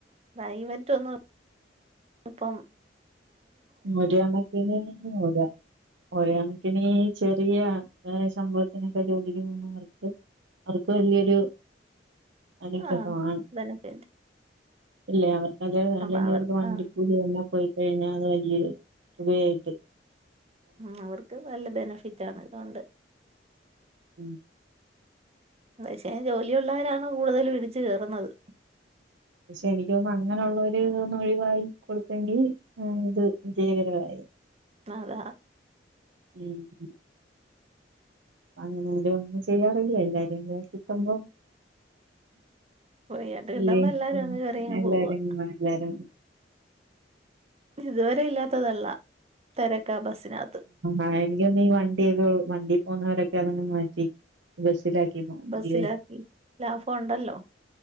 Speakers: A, on the right; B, on the right.
A: പ്രൈവറ്റ് ഒന്നും ഇപ്പ
B: ഒരു കണക്കിന് ഒര ഓര്കണക്കിന് ചെറിയ ഏഹ് ശമ്പളത്തിനൊക്കെ ജോലിക്ക് പോക്ന്നവർക്ക് അവർക്ക് വലിയൊരു അനുഗ്രഹമാണ്.
A: ആഹ് ബെനഫിറ്റ്
B: ഇല്ലേ അവർക്കത് അല്ലെങ്കി
A: അപ്പൊ അവർ
B: അവക്ക് വണ്ടി
A: ആഹ്
B: കൂലി എല്ലാ പോയിക്കഴിഞ്ഞാ അത് വല് ഈ ഒരു തുണയായിട്ട്.
A: ഉം അവർക്ക് നല്ല ബെനഫിറ്റ് ആണ് ഇതൊണ്ട്.
B: ഉം
A: പശ്ശെ ജോലിയുള്ളവരാണ് കൂടുതലും ഇടിച്ച് കേറുന്നത്.
B: പക്ഷെ എനക്ക്തോന്നുന്ന അങ്ങനെയുള്ളവര് ഒന്ന് ഒഴിവായി കൊടുത്തെങ്കി ഏഹ് ഇത് വിജയകരവായി.
A: അതാ
B: ഉം ഉം അങ്ങനാരും അങ്ങനെ ചെയ്യാറില്ല എല്ലാരുടെകൂടെ കിട്ടുമ്പോ
A: ഫ്രീയായിട്ട് കിട്ടുമ്പോ
B: ഇല്ല
A: എല്ലാരും അങ്ങ് കേറിയങ്ങ്
B: എല്ലാരും
A: പോവാ
B: എല്ലാരും
A: ഇതുവരെ ഇല്ലാത്തതല്ല തെരക്കാ ബസ്സിനകത്ത്
B: ആ എനിക്കൊന്ന വണ്ടി <inaudible> വണ്ടി പോന്നവരൊക്കെ അതൊന്നു മാറ്റി. ബാസിലാക്കി തോന്നുന്നു
A: ബസ്സിലാക്കി
B: അല്ലെ.
A: ലാഭം ഉണ്ടല്ലോ